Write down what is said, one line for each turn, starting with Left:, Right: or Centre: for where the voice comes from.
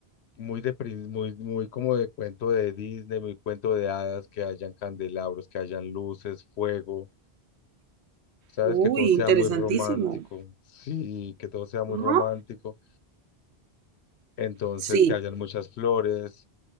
Left: muy de prin- muy muy como de cuento de Disney, muy cuento de hadas, que hayan candelabros, que hayan luces, fuego. Sabes
Right: Uy,
Left: que todo sea
Right: interesantísimo.
Left: muy romántico. Sí, que todo sea muy romántico
Right: Ajá.
Left: Entonces,
Right: Sí,
Left: que hayan muchas flores,